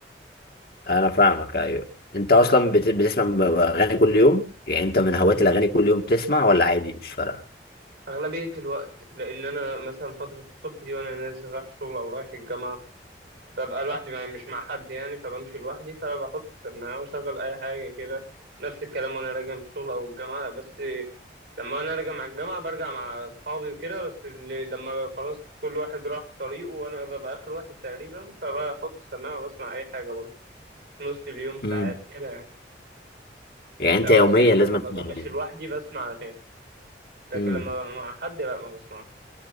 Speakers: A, on the left (about 55°); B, on the right (about 65°).
A: انا فاهمك ايوه انت اصلا بت- بتسمع م- اغاني كل يوم يعني انت من هواة الاغاني كل يوم تسمع ولا عادي مش فارقة
B: اغلبيه الوقت لان انا مثلا فتره الصبح دي وانا نازل رايح الشغل او رايح الجامعه ببقى لوحدي بقى مش مع حد يعني فبمشي لوحدي فبحط السماعة وأشغل أي حاجة كده نفس الكلام وأنا راجع من الشغل أو الجامعة بس لما أنا راجع مع الجامعة برجع مع أصحابي وكده بس اللي لما خلاص كل واحد راح طريقه وأنا ببقى آخر واحد تقريبا فبحط السماعة وبسمع أي حاجة برضه في نص اليوم ساعات
A: امم
B: كده يعني
A: يعني انت
B: في أوقات
A: يوميا
B: يعني
A: لازم
B: لما ببقى
A: تسمع
B: ماشي
A: اغاني
B: لوحدي بسمع أغاني لكن
A: امم
B: لما ببقى مع حد لأ ما بسمعش